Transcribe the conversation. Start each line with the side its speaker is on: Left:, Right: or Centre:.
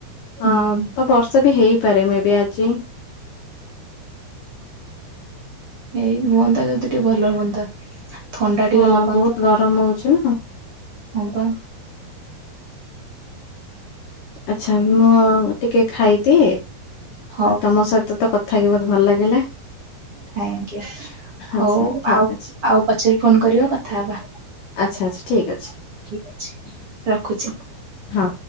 Right: ହୁଁ
Left: ଅଁ ତ ବ ସେବି ହେଇପାରେ ମେବି ଆଜି।
Right: ଏଇ ହୁଅନ୍ତା ଯଦି ଟିକେ ଭଲ ହୁଅନ୍ତା। ଥଣ୍ଡା
Left: ହଁ
Right: ଟିକେ ଲାଗନ୍ତା
Left: ବହୁତ
Right: ଭଲ
Left: ଗରମ
Right: ହୁଅନ୍ତା
Left: ହଉଛି ନା।
Right: ହବା।
Left: ଆଚ୍ଛା ମୁଁ ଟିକେ ଖାଇଦି
Right: ହଉ
Left: ତମ ସହିତତ କଥା ହେଇକି ମତେ ଭଲ ଲାଗିଲା।
Right: ଥାକିୟୁ ହଉ
Left: ଆଛା ଠିକ
Right: ଆଉ
Left: ଅଛି
Right: ଆଉ ପଛରେ ଫୋନ୍ କରିବ କଥା ହେବା?
Left: ଆଚ୍ଛା ଆଚ୍ଛା ଠିକ୍ ଅଛି।
Right: ଠିକ୍ ଅଛି ରଖୁଛି।
Left: ହଁ।